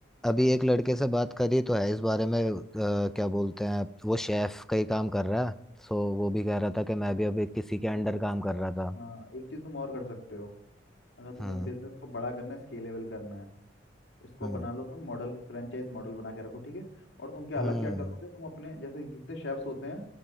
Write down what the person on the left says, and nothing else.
एक
चीज़
एक चीज़
हाँ एक चीज़ तुम और कर सकते हो अगर तुम्हें
बिजनेस को बड़ा करना है स्केलेबल करना है इसको
बना लो तुम मॉडल फ्रेंचाइज मॉडल बना के रखो ठीक है और तुम क्या
अलग क्या करोगे तुम अपने जैसे जितने शेफ्स होते हैं